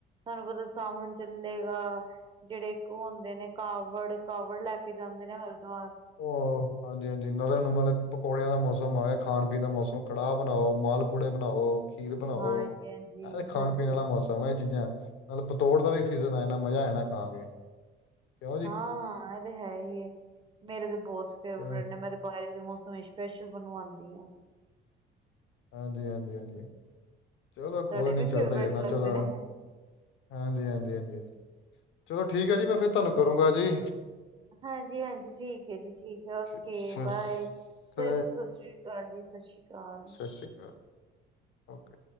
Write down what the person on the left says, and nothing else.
ਓ। ਹਾਂਜੀ-ਹਾਂਜੀ ਨਾਲੇ ਹੁਣ ਨਾਲੇ ਪਕੌੜਿਆਂ ਦਾ ਮੌਸਮ ਆ ਗਿਆ, ਖਾਣ-ਪੀਣ ਦਾ ਮੌਸਮ, ਕੜਾਹ ਬਣਾਓ, ਮਾਲਪੂੜੇ ਬਣਾਓ ਖੀਰ ਬਣਾਓ,
ਅਰੇ ਖਾਣ-ਪੀਣ
ਆਲਾ ਮੌਸਮ ਤਮੇ, ਇਹ ਚੀਜ਼ਾਂ ਮਤਲਬ ਪਤੋੜ ਦਾ ਵੀ ਸੀਜ਼ਨ ਆ ਜਾਣਾ, ਮਜ਼ਾ ਆ ਜਾਨਾ ਖਾ ਕੇ। ਕਿਉਂ ਜੀ
ਚ-
ਹਾਂਜੀ-ਹਾਂਜੀ, ਹਾਂਜੀ ਚਲੋ
ਕੋਈ
ਨੀ
ਚੱਲਦਾ ਈ ਰਹਿਣਾ, ਚਲੋ
ਹਾਂਜੀ-ਹਾਂਜੀ, ਹਾਂਜੀ-ਹਾਂਜੀ ਚਲੋ ਠੀਕ ਹੈ ਜੀ, ਮੈਂ ਫਿਰ ਤੁਹਾਨੂੰ ਕਰੂੰਗਾ ਜੀ।
ਸਤਿ
ਸਤਿ
ਸ਼ੀ ਕਾ। ਓਕੇ।